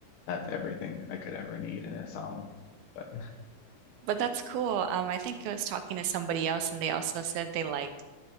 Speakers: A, on the left (about 70°); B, on the right (about 85°).
A: that's everything I could ever need in a song. But
B: But that's cool. Um, I think I was talking to somebody else, and they also said they liked